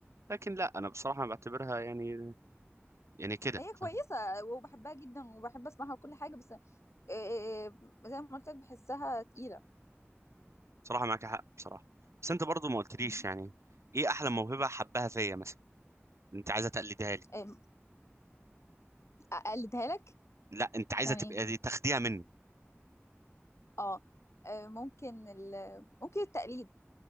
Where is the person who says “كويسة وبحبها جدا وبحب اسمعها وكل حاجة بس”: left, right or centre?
Left